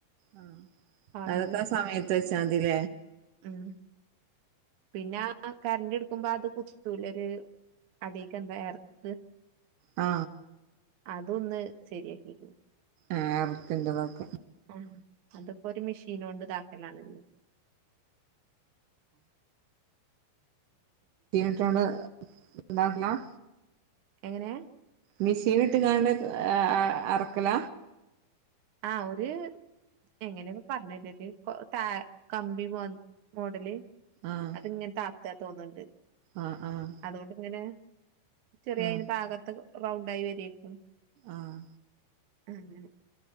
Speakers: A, on the right (about 80°); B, on the right (about 65°).
A: ആ
B: ആന്ന്
A: അതൊക്കെ സമയത്ത് വ ചാന്തില
B: ഉം പിന്നെ കറണ്ട് എടുക്കുമ്പോ അത് കുത്തൂല ഒരു അടക്കെ എന്താ ചർത്ത്
A: ആ
B: അതൊന്ന് ശരിയാക്കിരിക്കുന്നു
A: ആ എറത്തിററെതൊക്കെ
B: ആ അതപ്പോ ഒരു മെഷീൻ കൊണ്ട് താക്കലാണല്ലോ
A: <unintelligible> ന്താക്കലാം
B: എങ്ങനെയാ
A: മെഷീൻ ഇട്ട് കണ്ട അറക്കല
B: ആ ഒരു എങ്ങനെയൊക്കെ പറഞ്ഞല് ഒരു ത കമ്പി മോഡല്
A: ആഹ്
B: അത്ങ് ന്ത ആ <unintelligible>
A: ആഹ് ആഹ്
B: അതോണ്ട്ങ്ങനെ ചെറിയ
A: ആഹ്
B: ഭാഗത്ത് റൗണ്ടായി വരേര്ക്കും
A: ആഹ
B: അങ്ങനെ